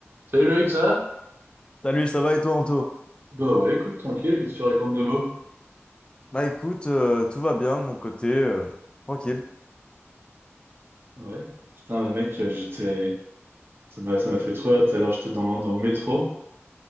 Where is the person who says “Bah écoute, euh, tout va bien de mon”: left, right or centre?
Left